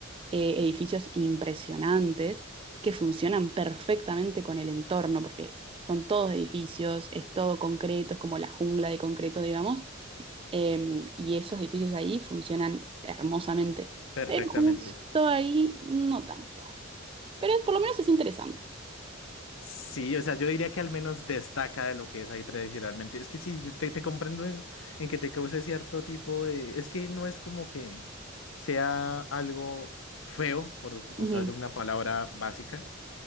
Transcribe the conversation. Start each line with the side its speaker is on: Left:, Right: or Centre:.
Right: eh, edificios impresionantes que funcionan perfectamente con el entorno, porque son todos edificios, es todo concreto, es como la jungla de concreto, digamos eh, y esos edificios ahí funcionan hermosamente.
Left: perfectamente.
Right: Pero justo ahí no tanto. Pero es- por lo menos es interesante.
Left: Sí, o sea, yo diría que al menos destaca de lo que es ahí tradicionalmente. Es que sí, yo te, te comprendo en, en que te cause cierto tipo de... Es que no es como que sea algo feo, por ut-
Right: Ujú,
Left: usar una palabra básica,